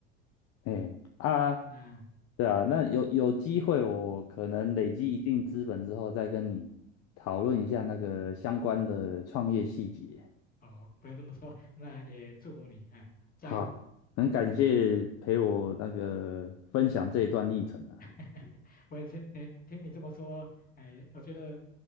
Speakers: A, on the left; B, on the left.
A: 哎啊，
B: 那
A: 对啊，那有有机会，我可能累积一定资本之后，
B: 嗯，
A: 再跟你讨论一下那个相关的创业细节。
B: 好，不要这么说，那也祝福你，哎，加油，
A: 好，很感谢陪我那个分享这一段历程啊。
B: 嗯，<laughs> 我也是，哎，听你这么说，哎，我觉得